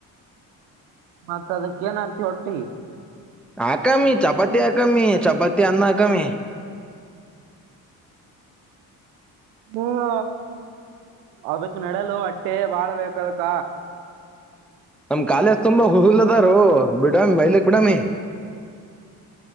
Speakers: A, on the right; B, in the centre.
A: ಮತ್ತ ಅದಕ್ಕ ಏನ ಆತಿ ಹೊಟ್ಟಿ
B: ಹಕಾಮಿ ಚಪಾತಿ ಆಕಾಮಿ ಚಪಾತಿ ಅನ್ನಹಾಕಮಿ
A: ಹ್ಮ ಅದಕ್ ನಡಲುಟ್ಟೆ ಬಾಳ್ಬೇಕ ಅದಕ್ಕ
B: ನಮ್ ಕಾಲೇಜ್ ತುಂಬಾ ಹುುಲ್ದಾರೂ ಬಿಡಾಮಿ ಮೈಲಕ್ ಬಿಡಮಿ